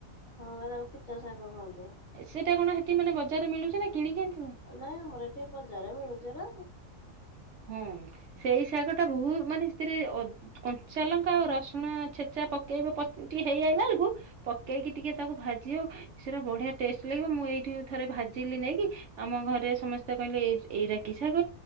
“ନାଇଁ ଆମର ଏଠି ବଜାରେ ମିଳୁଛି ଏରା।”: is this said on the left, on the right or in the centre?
Left